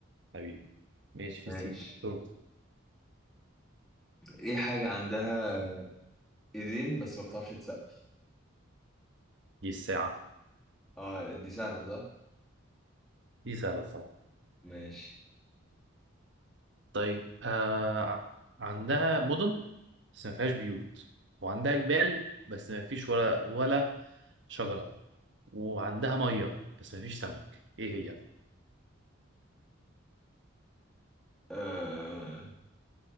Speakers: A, on the right; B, in the centre.
A: حبيبي ماشي
B: ماشي
A: يا سيدي دور
B: ايه حاجة عندها ايدين بس ما بتعرفش تسقف
A: دي الساعة
B: اه دي سهلة صح
A: دي سهلة الصراحة
B: ماشي
A: طيب آه عندها مدن بس ما فيهاش بيوت وعندها جبال بس ما فيش ولا ولا شجرة وعندها مية بس ما فيش سمك ايه هي؟
B: آه